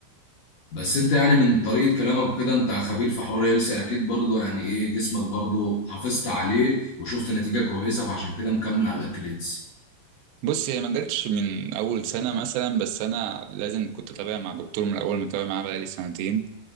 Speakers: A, on the left; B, on the right.
A: بس انت يعني من طريقة كلامك وكده انت خبير في حوار هيلسي اكيد برضو يعني ايه جسمك برضو حافظت عليه وشفت نتيجة كويسة فعشان كده مكمل على الاكل هيلسي
B: بص هي ما جاتش من اول سنه مثلا بس انا لازم كنت اتابع مع دكتور من الاول متابع معاه بقالي سنتين